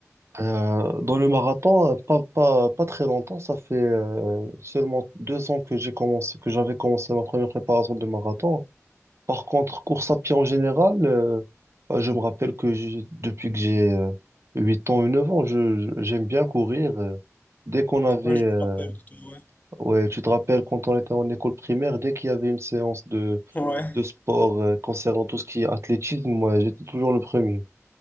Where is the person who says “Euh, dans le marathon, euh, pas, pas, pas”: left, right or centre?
Right